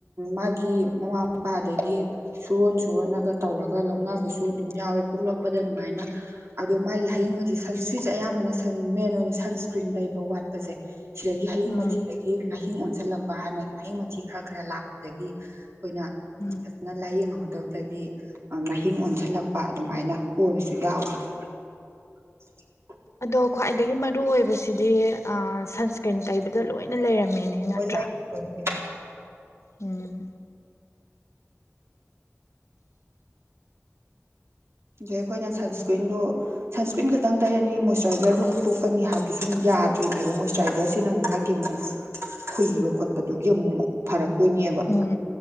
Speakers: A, on the right; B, on the left.
A: ꯃꯥꯒꯤ ꯃꯃꯥ ꯃꯄꯥꯗꯒꯤ ꯁꯨꯔꯣꯟ ꯁꯨꯔꯣꯟꯂꯒ ꯇꯧꯔꯒ ꯂꯧꯅꯕꯁꯨ ꯑꯗꯨꯝ ꯌꯥꯎꯋꯦ ꯄꯣꯛꯂꯛꯄꯗ ꯑꯗꯨꯃꯥꯏꯅ ꯑꯗꯣ ꯃꯥꯒꯤ ꯍꯌꯤꯡꯕꯗꯤ ꯁꯟꯁꯀ꯭ꯔꯤꯟꯁꯦ ꯑꯌꯥꯝꯕꯅ ꯁꯟ ꯃꯦꯟ ꯑꯣꯏꯅ ꯁꯟꯁ꯭ꯀ꯭ꯔꯤꯟ ꯇꯩꯕ ꯋꯥꯠꯄꯁꯦ ꯁꯤꯗꯒꯤ ꯍꯌꯤꯡ
B: ꯎꯝ
A: ꯃꯊꯤꯗꯒꯤ ꯃꯍꯤꯡ ꯑꯣꯟꯁꯤꯜꯂꯛꯄ ꯍꯥꯏꯅ ꯍꯌꯤꯡ ꯃꯊꯤ ꯈꯔ ꯈꯔ ꯂꯥꯛꯄꯗꯒꯤ ꯑꯈꯣꯏꯅ
B: ꯎꯝ
A: ꯅ ꯂꯥꯏꯌꯦꯡꯍꯧꯗꯕꯗꯒꯤ ꯃꯍꯤꯡ ꯑꯣꯟꯁꯜꯂꯛꯄ ꯑꯗꯨꯃꯥꯏꯅ ꯑꯣꯏꯕꯁꯨ ꯌꯥꯎꯋꯦ <unintelligible>
B: ꯑꯗꯣ ꯈ꯭ꯋꯥꯏꯗꯒꯤ ꯃꯔꯨꯑꯣꯏꯕꯁꯤꯗꯤ ꯑ ꯁꯟꯁ꯭ꯀ꯭ꯔꯤꯟ ꯇꯩꯕꯗ ꯂꯣꯏꯅ ꯂꯩꯔꯝꯃꯦꯅꯦ
A: <unintelligible>
B: ꯅꯠꯇ꯭ꯔꯥ ꯎꯝ
A: ꯑꯗꯩ ꯑꯈꯣꯏꯅ ꯁꯟꯁꯀ꯭ꯔꯤꯟꯗꯨ ꯁꯟꯁꯀ꯭ꯔꯤꯟ ꯈꯛꯇꯪ ꯇꯩꯔꯅꯤ ꯃꯣꯏꯆꯔꯥꯏꯖꯔꯗꯣ ꯑꯃꯨꯛ ꯇꯣꯛꯀꯅꯤ ꯍꯥꯏꯕꯗꯨꯁꯨ ꯌꯥꯗ꯭ꯔꯤꯅꯦꯕ ꯃꯣꯏꯆꯔꯥꯏꯖꯔꯁꯤꯅ ꯑꯃꯨꯛ ꯃꯥꯒꯤ ꯑꯃꯨꯛ
B: <inaudible>
A: ꯈꯨꯏꯕ ꯈꯣꯠꯄꯗꯨꯒꯤ ꯑꯃꯨꯛ ꯐꯔꯛꯇꯣꯏꯅꯦꯕ
B: ꯎꯝ